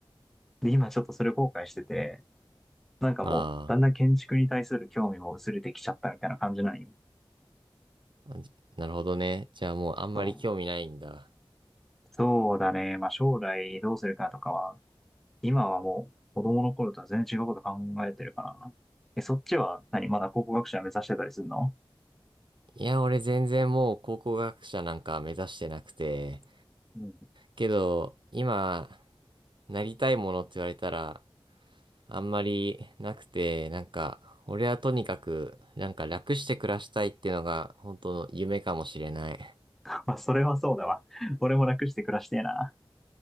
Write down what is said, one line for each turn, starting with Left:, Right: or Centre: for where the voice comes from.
Centre: う。で、今ちょっとそれ後悔してて、なんかもう、
Right: あ
Centre: だんだん建築に対する興味も薄れてきちゃったみたいな感じなんよ。
Right: あ、あじなるほどね。じゃあもうあんまり興味ないんだ。
Centre: そう。そうだね。まあ将来どうするかとかは、今はもう子供の頃とは全然違うこと考えてるからな。え、そっちは何まだ考古学者目指してたりするの
Right: いや、俺全然もう考古学者なんか目指してなくて、
Centre: うん。
Right: けど、今、なりたいものって言われたら、あんまりなくて、なんか、俺はとにかく、なんか楽して暮らしたいっていうのが、本当の夢かもしれない。
Centre: <laughs> まあそれはそうだわ。俺も楽して暮らしてえな。